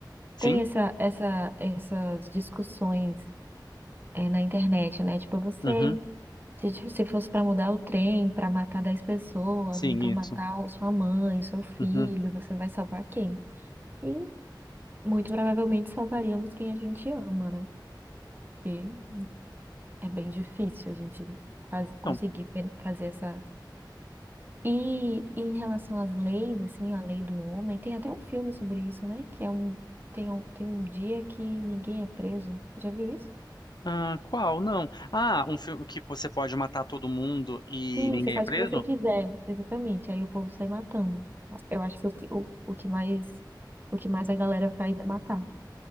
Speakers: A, on the left; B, on the right.
A: sim?
B: Tem essa, essa, essas discussões é, na internet, né? Tipo, você,
A: Uhum.
B: se, ti- se fosse para mudar o trem, para matar 10 pessoas,
A: Sim,
B: ou então
A: isso.
B: matar o- sua mãe, seu filho,
A: Uhum.
B: você vai salvar quem? E muito provavelmente salvaríamos quem a gente ama, né? Porque é bem difícil a gente faz-
A: Então,
B: conseguir pe- fazer essa. E em relação às leis, assim, a lei do homem, tem até um filme sobre isso, né? Que é um, tem um, tem um dia que ninguém é preso. Já viu isso?
A: ah, qual? Não. Ah, um filme que você pode matar todo mundo e
B: Sim,
A: ninguém
B: você faz
A: é preso?
B: o que você quiser, exatamente. Aí o povo sai matando. Eu acho que o que, o, o que mais, o que mais a galera faz é matar.